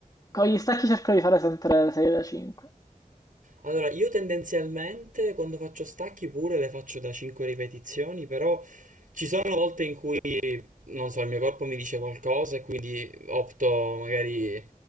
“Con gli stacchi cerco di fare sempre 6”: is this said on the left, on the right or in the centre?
Left